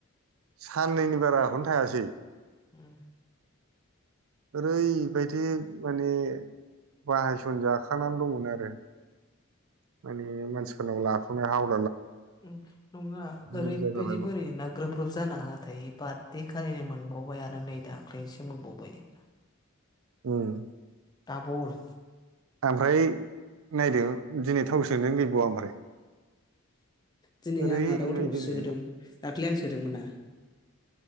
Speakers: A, on the right; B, on the left.
A: साननैनि बाराखौनो थायासै
B: उम
A: ओरैबायदि माने बाहायसन जाखानानै दंमोन आरो माने मानसि <unintelligible> हाव
B: उम नङा
A: बुरजा
B: ओरैबायदि
A: जाबायमोन
B: बोरै नोंना ग्रोब ग्रुप जानाहोआथाय बार्थदे खालिनो मोनबावबाय आरो नै दाख्लैसो मोनबावबाय ।
A: उम
B: दाबल
A: ओमफ्राय नायदो दिनै थाव सोनो गैबावा आमफ्राय।
B: दिनै
A: ओरैबायदिनो
B: आं आदा गथमखौ सोहोदों दाख्लै आं सोदोंमोना ।